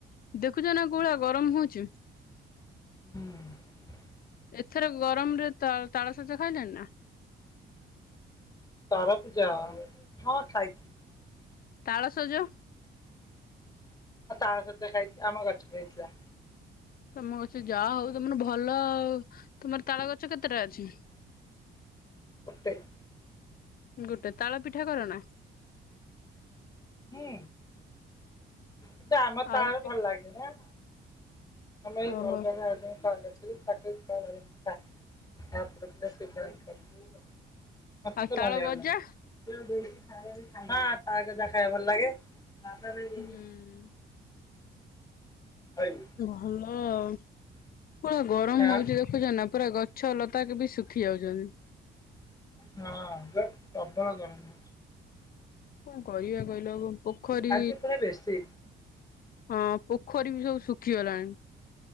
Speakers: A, on the left (about 50°); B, on the left (about 20°).
A: ଦେଖୁଚନା କୋଉ ଭଳିଆ ଗରମ ହୋଉଚି?
B: ହଁ।
A: ଏଥର ଗରମରେ ତା ତାଳସଜ ଖାଇଲେଣି ନା?
B: ତାରଭୁଜ ହଁ ଖାଇ
A: ତାଳସଜ?
B: ହଁ ତାଳସଜ ଖାଇଚି ଆମ ଗଛରେ ହେଇଥିଲା।
A: ତମ ଗଛ ଯା ହୋଉ ତମର ଭଲ ତମର ତାଳଗଛ କେତେଟା ଅଛି?
B: ଗୋଟେ
A: ଗୋଟେ ତାଳପିଠା କରନା?
B: ହୁଁ ତତେ ଆମ
A: ଆଉ
B: ତାଲ
A: ଗୋଟେ
B: ଭଲ ଲାଗେ ନା। ଆମ ଏଇ ଘର
A: ଓହୋ
B: ପାଖରେ ଆଉ ଜଣ ତାଳ ଅଛି ଯେ ତାଙ୍କ <unintelligible> ଭାରି ମିଠା। ତାପରେ ପୁରା ସେ <unintelligible> ମତେତ
A: ଆଉ ତାଳ
B: ବଢିଆ
A: ଗଜା
B: ଲାଗେ। ହଁ ତାଳଗଜା ଖାଇବାକୁ ଭଲଲାଗେ।
A: ହୁଁ
B: <inaudible>
A: ଭଲ ଆଉ। ପୁରା ଗରମ
B: ହଁ
A: ହୋଉଚି ଦେଖୁଚ ନା ପୁରା ଗଛଲତାକେ ବି ଶୁଖିଯାଉଚନ୍।
B: ହଁ ପ୍ରବଳ ଗରମ।
A: କଣ କରିବା କହିଲ ଓ ପୋଖରୀ
B: ଆଜି ପୁଣି ବେଶୀ
A: ହଁ ପୋଖରୀ ବି ସବୁ ଶୁଖିଗଲାଣି।